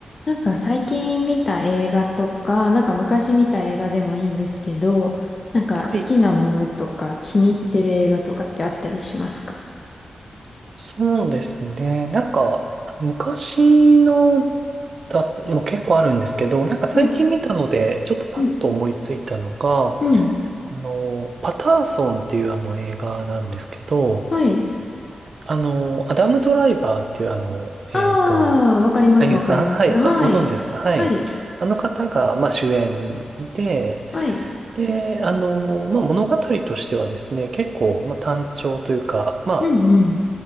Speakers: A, on the left; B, on the right.
A: なんか最近見た映画とか、なんか昔見た映画でもいいんですけど、なんか好きなものとか気に入ってる映画とかってあったりしますか
B: はい、そうですね。なんか、昔のだ、もう結構あるんですけど、なんか最近見たので、
A: はい。
B: ちょっとパッと思いついたのが、
A: うん。うん。
B: あの、パターソンっていうあの映画なんですけど、
A: はい。
B: あの、アダム・ドライバーっていうあの、えっと、
A: ああ、わかります、
B: 俳優さん、
A: わかります。
B: はい、
A: はい。
B: あ、ご存知ですかはい。
A: はい。
B: あの方が、まあ、主演で、
A: はい。
B: で、あの、まあ、物語としてはですね、結構、まあ、単調というか、まあ、
A: うんうん。